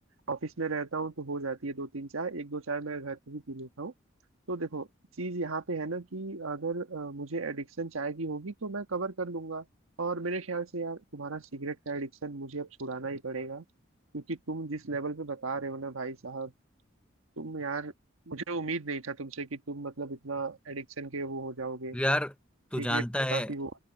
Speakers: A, on the right (about 90°); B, in the centre.
A: ऑफिस में रहता हूँ तो हो जाती है दो तीन चाय एक दो चाय मैं घर पे भी पी लेता हूँ तो देखो चीज यहाँ पे है ना कि अगर अ, मुझे एडिक्शन चाय की होगी तो मैं कवर कर लूंगा और मेरे ख्याल से यार तुम्हारा सिगरेट का एडिक्शन मुझे अब छुड़ाना ही पड़ेगा क्योंकि तुम जिस लेवल पे बता रहे हो ना भाई साहब तुम यार मुझे उम्मीद नहीं था तुमसे कि तुम मतलब इतना एडिक्शन के वो हो जाओगे
B: यार तू
A: सीक्रेट
B: जानता है
A: काफी वो